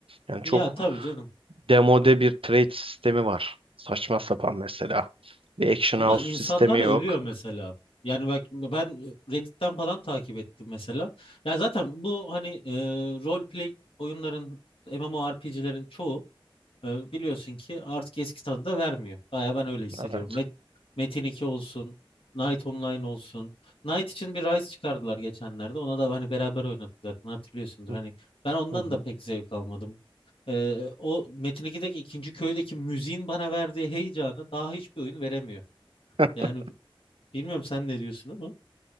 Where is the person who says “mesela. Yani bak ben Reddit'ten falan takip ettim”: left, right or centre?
Left